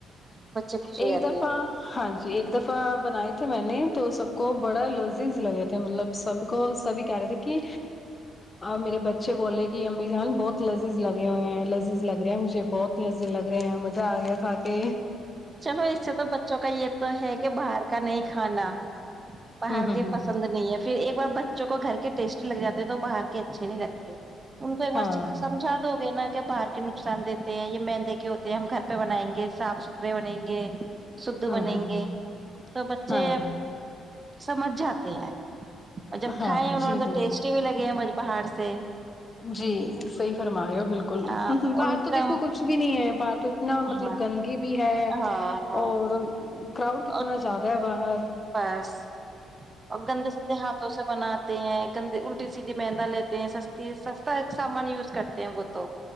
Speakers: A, on the right; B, on the left.
A: بچے خوش ہو
B: ایک
A: جاتے
B: دفعہ
A: ہیں
B: ہاں جی ایک دفعہ بنائی تھی میں نے تو سب کو بڑا لذیذ لگے تھے مطلب سب کو سبھی کہہ رہے تھے کہ میرے بچے بولے کہ امی جان بہت لذیذ لگے ہوئے ہیں لذیذ لگ رہے ہیں مجھے بہت لذیذ لگ رہے ہیں مزہ آ گیا کھا کے
A: چلو اس سے تو ب بچوں کا یہ تو ہے کہ باہر کا نہیں کھانا باہر
B: ہوں ہوں
A: کے پسند
B: ہوں
A: نہیں ہے پھر ایک بار بچوں کو گھر کے ٹیسٹ لگ جاتے ہیں تو باہر کے اچھے نہیں لگتے ان کو ایک بار
B: ہاں
A: سمجھا تو دینا کہ باہر کے نقصان دیتے ہیں یہ مہندے کے ہوتے ہیں ہم گھر پہ بنائیں گے صاف ستھرے رریوون ہی گے شھ
B: ہاں
A: بنیں
B: ہاں
A: گے تو بچے
B: ہاں ہاں
A: سمجھ جاتے ہیں اور جب
B: ہاں
A: کھائے ہیں انہوں
B: جی
A: نے تو
B: جی
A: ٹیسٹی بھی لگے ہیں باہر سے
B: جی صحیح فرما ہو بالکل
A: ان
B: باہر تو دیکھو
A: کا
B: کچھ بھی نہیں ہے باہر تو اتنا مطلب
A: ہاں
B: گندگی بھی ہے
A: ہاں ہاں
B: اور کراؤڈ کتنا
A: اور
B: زیادہ ہے باہر
A: بس اور گندے سندے ہاتھوں سے بناتے ہیں گندی الٹی سیدھی مندا لیتے ہیں سستی سستا ایک سامان یوز کرتے ہیں وہ تو